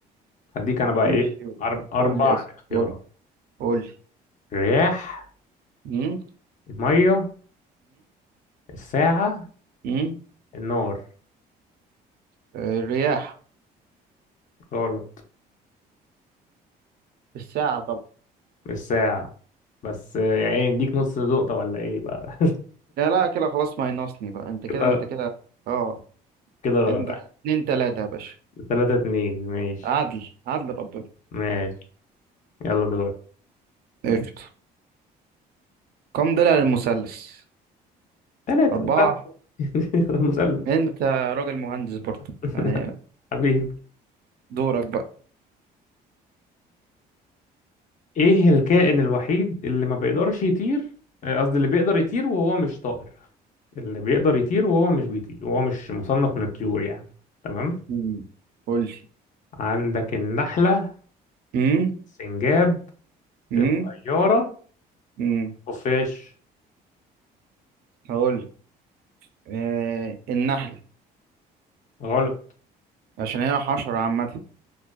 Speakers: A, on the left (about 50°); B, on the right (about 65°).
A: هديك انا بقى ايه
B: نمشي
A: أرب... اربع
B: قول لي اسف
A: اختيارات
B: قول قول لي
A: الرياح
B: امم
A: المية الساعة
B: امم
A: النار
B: الرياح
A: غلط
B: بالساعة طب
A: الساعة بس آه، يعني إيه، اديك نص نقطة ولا ايه بقى
B: لا لا كده خلاص ما ينقصني بقى انت كده
A: <laughs>
B: انت كده اه
A: كده غلط
B: انت اتنين تلاتة يا باشا
A: ثلاثة اتنين ماشي
B: عدل ماشي عدل ربنا
A: ماشي يلا دور
B: قشطة كم ضلع للمثلث
A: ثلاثة
B: أربعة
A: صاحبي <laughs> المثلث
B: أنت راجل مهندس برضه
A: <laughs>
B: يعني
A: حبيبي
B: دورك بقى
A: ايه الكائن الوحيد اللي ما بيقدرش يطير آه، قصدي اللي بيقدر يطير وهو مش طائر اللي بيقدر يطير وهو مش بيطير وهو مش مصنف من الطيور يعني تمام
B: مم. قول لي
A: عندك النحلة
B: امم
A: سنجاب
B: امم
A: الطيارة
B: امم
A: خفاش
B: هقول لك آه النحلة
A: غلط
B: عشان هي حشرة عامة